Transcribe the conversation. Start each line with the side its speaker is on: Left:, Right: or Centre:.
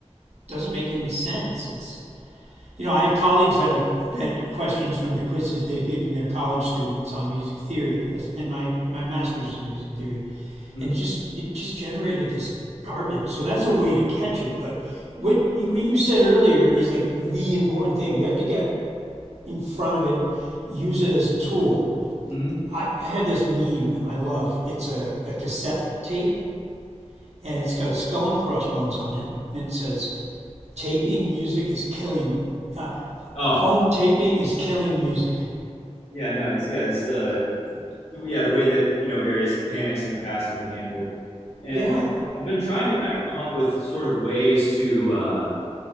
Right: doesn't make any sense. It's you know, I have colleagues that have fed questions from the quizzes they've given their college students on music theory and my, my master's in music theory.
Left: hmm
Right: and it just it just generated this garbage. So that's a way to catch it. But what you, what you said earlier is like the important thing. We have to get in front of it and use it as a tool.
Left: hmm
Right: I, I have this meme I love. It's a, a cassette tape and it's got a skull and crossbones on it. And it says, taping music is killing, uh,
Left: oh
Right: home taping is killing music.
Left: yeah, no, it's, yeah, this uh, yeah, the way that you know various panics in the past have been handled, and
Right: Yeah,
Left: I've been trying to kind of come up with sort of ways to uh,